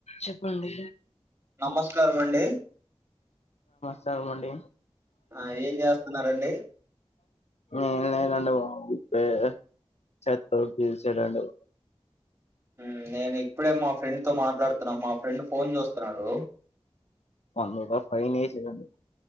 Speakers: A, on the left; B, on the right.
A: చెప్పండి?
B: నమస్కారం అండి.
A: సగమండి.
B: ఆ ఏం చేస్తున్నారండి
A: ఏం లేదండి బా ఇప్పుడే చెత్తో చ్చేసాడండి బా
B: ఉమ్ నేను ఇప్పుడే మా ఫ్రెండ్ తో మాట్లాడుతున్న, మా ఫ్రెండ్ ఫోన్ చేస్తున్నాడు.
A: మొన్నొక ఫైన్ ఎసిర్రండీ.